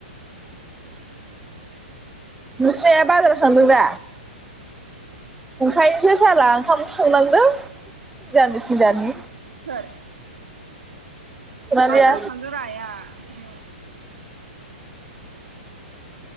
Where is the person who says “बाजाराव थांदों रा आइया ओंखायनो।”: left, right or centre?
Right